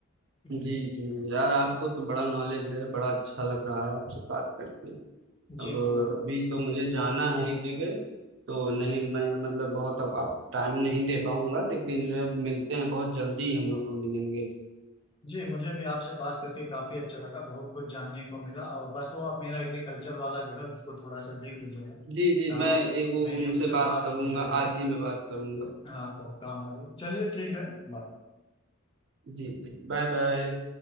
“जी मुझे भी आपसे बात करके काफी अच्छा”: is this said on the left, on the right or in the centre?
Left